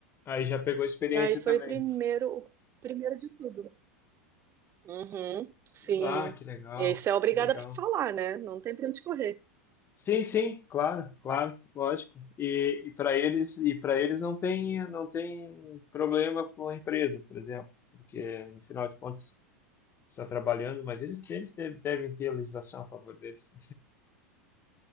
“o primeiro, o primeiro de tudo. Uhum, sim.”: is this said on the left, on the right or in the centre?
Right